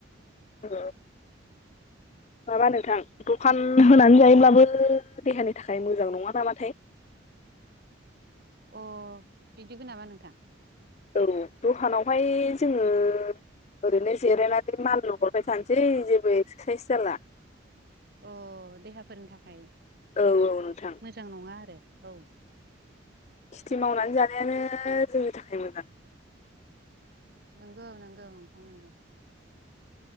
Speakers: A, on the left; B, on the right.
A: औ माबा नोंथां दखान होनानै जायोब्लाबो देहानि थाखाय मोजां नङा नामाथाय
B: अ बिदिबो नामा नोंथां
A: औ दहानावहाय जोङो ओरैनो जिरायनानै माल लुहरबाय थानोसै जेबो एक्सारसाइस जाला
B: अ देहाफोरनि थाखाय
A: औ औ नोंथां
B: मोजां नङा आरो औ
A: खेथि मावनानै जानायानो जोंनि थाखाय मोजां
B: नंगौ नंगौ नोंथां नोंगौ